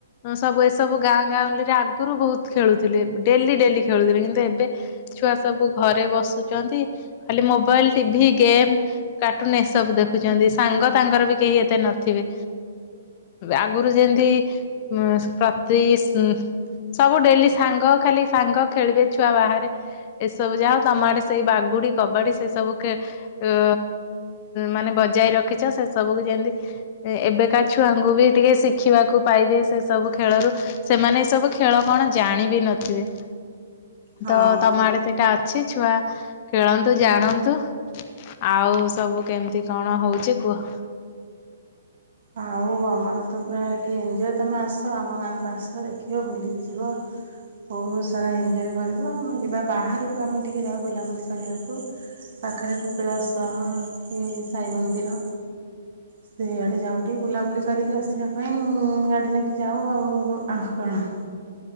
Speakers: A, on the left (about 25°); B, on the right (about 45°).
A: ସବୁ ଏସବୁ ଗାଁ ଗାଉଁଲିରେ ଆଗରୁ ଭୋହୁତ ଖେଳୁଥିଲେ ଡେଲି ଡେଲି ଖେଳୁଥିଲେ। କିନ୍ତୁ ଏବେ ଛୁଆ ସବୁ ଘରେ ବସୁଛନ୍ତି ଖାଲି ମୋବାଇଲ ଟିଭି ଗେମ୍ କାର୍ଟୁନ ଏସବୁ ଦେଖୁଛନ୍ତି ସାଙ୍ଗ ତାଙ୍କର ବି କେହି ଏତେ ନଥିବେ। ଆଗରୁ ଯେମିତି ଉ ପ୍ରତି ସବୁ ଡେଲି ସାଙ୍ଗ ଖାଲି ସାଙ୍ଗ ଖେଳିବେ ଛୁଆ ବାହାରେ। ଏସବୁ ଯାହୋଉ ତମଆଡେ ସେଇ ବାଗୁଡି କବାଡି ସେ ସବୁ ଖେ ଏ ମାନେ ବଜାଇ ରଖିଛ ସେ ସବୁକୁ ଯେମତି ଏବେକା ଛୁଆଙ୍କୁ ବି ଟିକେ ଶିଖିବାକୁ ପାଇବେ ସେ ସବୁ ଖେଳରୁ। ସେମାନେ ଏ ସବୁ ଖେଳ କଣ ଜାଣିବି ନଥିବେ।
B: ହଁ।
A: ତ ତମ ଆଡେ ସେଇଟା ଅଛି ଛୁଆ ଖେଳନ୍ତୁ ଜାଣନ୍ତୁ। ଆଉ ସବୁ କେମିତି କଣ ହଉଛି କୁହ?
B: ଆଉ ଆମର ତ ପୁରା ଏଠି ଏଞ୍ଜୟ ତମେ ଆସ ଆମ ଗାଁକୁ ଆସ ଦେଖିବ ବୁଲିକି ଯିବ। ବହୁତ ସାରା ଏଞ୍ଜୟ କରିବ ଆମେ ଯିବା ବାହାରକୁ ଆମେ ଟିକେ ଯାଉ ବୁଲାବୁଲି କରିବାକୁ। ପାଖରେ କପିଳା ସହ କି ସାଇ ମନ୍ଦିର ସେଆଡେ ଯାଉ ଟିକେ ବୁଲାବୁଲି କରିକି ଆସିବା ପାଇଁ ଗାଡ଼ି ନେଇକି ଯାଉ ଆଉ, ଆଉ କଣ?